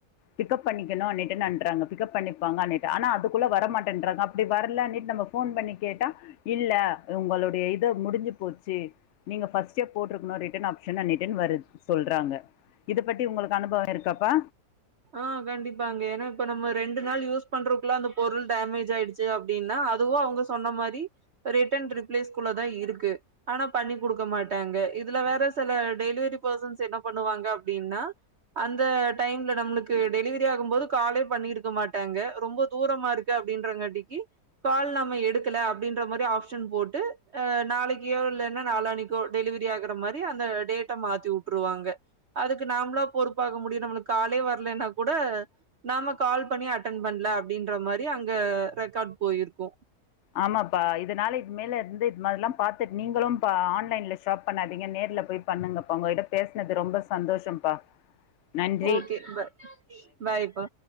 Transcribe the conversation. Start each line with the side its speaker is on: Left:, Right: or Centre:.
Left: பிக்கப் பண்ணிக்கணும் அனுட்டு நன்ட்டுறாங்க பிக்கப் பண்ணப்பாங்கட்டு ஆனா அதுக்குள்ள வர மாட்டேன்றாங்க அப்படி வரலன்னிட்டு நம்ம ஃபோன் பண்ணி கேட்டா இல்ல உங்களுடைய இதை முடிஞ்சு போச்சு நீங்க ஃபர்ஸ்டே போட்டுக்கணும் ரிட்டர்ன் ஆப்ஷன் ந டன் வருது சொல்றாங்க இத பத்தி உங்களுக்கு அனுபவம் இருக்கப்பா
Right: ஆ கண்டிப்பாங்க ஏன்னா இப்ப நம்ம ரெண்டு நாள் யூஸ் பண்றக்குள்ள அந்த பொருள் டேமேஜ் ஆயிடுச்சு அப்படின்னா அதுவும் அவங்க சொன்ன மாதிரி ரிட்டர்ன் ரிப்ளேஸ் குள்ள தான் இருக்கு ஆனா பண்ணி குடுக்க மாட்டாங்க இதுல வேற சில டெலிவரி பெர்சன்ஸ் என்ன பண்ணுவாங்க அப்படின்னா அந்த டைம் இ நம்மளுக்கு டெலிவரி ஆகும் போது காலே பண்ணிருக்க மாட்டாங்க ரொம்ப தூரமா இருக்கு அப்படின்றங்காட்டிக்கு கால் நம்ம எடுக்கல அப்டின்ற மாரி ஆப்ஷன் போட்டு அ நாளைக்கியோ இல்லைனா நாலான்னைக் கோ டெலிவரி ஆகற மாரி அந்த டேட்ட மாத்தி உட்ருவாங்க அதுக்கு நாமளா பொறுப்பாக முடியு நம்மளுக் காலே வர்லேனா கூட நாம கால் பண்ணி அட்டன பண்ல அப்டின்ற மாரி அங்க ரெக்கார்ட் போயிருக்கு
Left: ஆமாப்பா இதனால இது மேல இருந்து இது மாரிலா பாத்துட்டு நீங்களு இப்ப ஆன்லைன்ல ஸ் ஷாப் பண்ணாதீங்க நேர்ல போய் பண்ணுங்கப்பா உங்ககிட்ட பேசுனது ரொம்ப சந்தோஷம்ப்பா நன்றி.
Right: Okay bye பாய்ப்பா